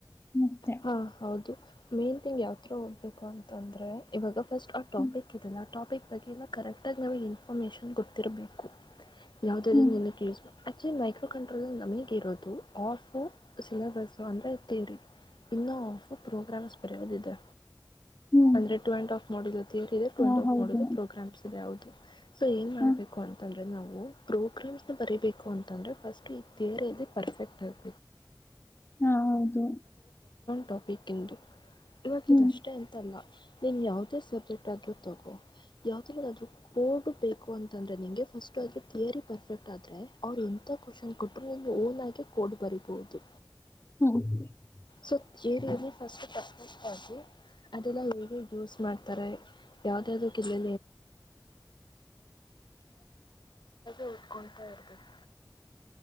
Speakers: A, on the left (about 35°); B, on the left (about 85°).
A: ಮತ್ತೆ.
B: ಹಾ ಹೌದು ಮೇನ್ ತಿಂಗ್ ಯಾವತರ ಓದ್ಬೇಕು ಅಂತಂದ್ರೆ ಇವಾಗ ಫಸ್ಟ್ ಆ ಟಾಪಿಕ್
A: ಹ್ಮ್
B: ಇದೆಲ್ಲ ಆ ಟಾಪಿಕ್ ಬಗ್ಗೆಲ್ಲ ಕರೆಕ್ಟಾಗಿ ನಮಗೆ ಇನ್ಫಾರ್ಮೇಷನ್ ಗೊತ್ತಿರಬೇಕು ಯಾವ್ದದೆದಲ್ಲಿೂ
A: ಹ್ಮ್
B: ನಿನಕ್ಕೆ ಯೂಸ್ ಮಾಡು ಆ್ಯಕ್ಚುಲಿ ಮೈಕ್ರೋ ಕಂಟ್ರೋಲ ನಮಗ ಇರೋದು ಆಫು ಸಿಲೆಬಸ್ಸು ಅಂದರೆ ತಿಯರಿ ಇನ್ನ ಹಾಫ್ ಪ್ರೋಗ್ರಾಮ್ಸ್ ಬರಿಯೋದು ಇದೆ
A: ಹ್ಮ್
B: ಅಂದ್ರೆ ಟು ಅಂಡ ಆಫ್ ಮಾಡಲು ಥಿಯರಿ ಇದೆ ಟು
A: ಹಾ
B: ಅಂಡ್ ಆಫ್
A: ಹೌದು.
B: ಮಾಡಲು ಪ್ರೋಗ್ರಾಮ್ಸ್ ಇದೆ ಹೌದು ಸೊ ಏನ್ ಮಾಡ್ಬೇಕು
A: ಹಾ
B: ಅಂತಂದ್ರೆ ನಾವು ಪ್ರೋಗ್ರಾಮ್ಸ್ ನ ಬರೀಬೇಕು ಅಂತಂದ್ರೆ ಫಸ್ಟ್ ಈ ಥಿಯರಿಲ್ಲಿ ಪರ್ಫೆಕ್ಟ್ ಆಗೆ
A: ಹಾ ಹೌದು
B: ಟಾಪಿಕ್ ಇಂದು ಇವಾಗ
A: ಹ್ಮ್
B: ಇದಷ್ಟೆ ಅಂತಲ್ಲ ನೀನ್ ಯಾವುದೇ ಸಬ್ಜೆಕ್ಟ್ ಆಗಿ ತಗೋ ಯಾವ್ದರಲ್ಲಾದ್ರು ಅ ಕೋಡ್ಬೇಕು ಅಂತಂದ್ರೆ ನಿಂಗೆ ಫಸ್ಟ್ ಅದ್ರ ಥಿಯರಿ ಪರ್ಫೆಕ್ಟ್ ಆದ ಅವರು ಎಂತ ಕ್ವನ್ ಕೊಟ್ರು ಒಂದು ಓನ್ ಆಗಿ ಕೋಡ್ ಬರಿಬಹುದು
A: <inaudible>
B: ಸೊ <unintelligible> ಅದೆಲ್ಲ ಹೇಗೆ ಯೂಸ್ ಮಾಡ್ತಾರೆ ಯಾವ್ದ್ ಯಾವುದಕ್ಕೆ <inaudible> ಓದಿಕೊಂತಾ ಇರ್ಬೇಕು